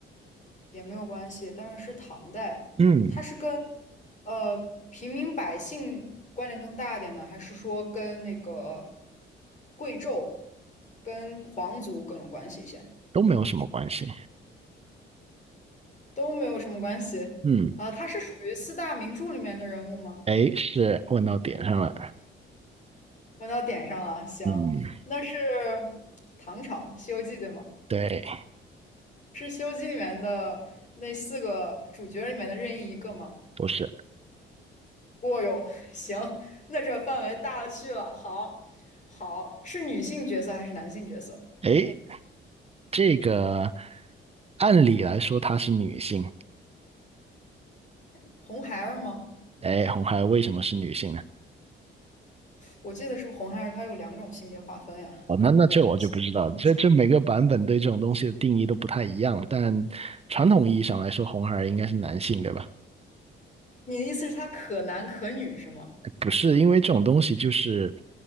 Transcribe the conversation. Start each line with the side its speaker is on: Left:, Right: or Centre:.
Left: 也没有关系，但是是唐代，
Right: 嗯，
Left: 它是跟呃平民百姓关联更大一点呢，还是说跟那个贵胄、跟皇族更有关系一些？
Right: 都没有什么关系。
Left: 都没有什么关系啊，
Right: 嗯，
Left: 他是属于四大名著里面的人物吗？
Right: 哎，是问到点上了。
Left: 问到点上了，行，
Right: 嗯，
Left: 那是唐朝《西游记》对吗？
Right: 对，
Left: 是《西游记》里面的那四个主角里面的任意一个吗？
Right: 不是，
Left: 哦哟，<laughs> 行，那这范围大了去了。好，好，是女性角色还是男性角色？
Right: 哎，这个按理来说她是女性。
Left: 红孩儿吗？
Right: 哎，红孩儿为什么是女性呢？
Left: 我记得是不是红孩儿他有两种性别划分呀？
Right: 哦，那那这我就不知道，
Left: 嗯
Right: 这这每个版本对这种东西的定义都不太一样。但传统意义上来说，红孩儿应该是男性，对吧？
Left: 你的意思是他可男可女是吗？
Right: 不是，因为这种东西就是，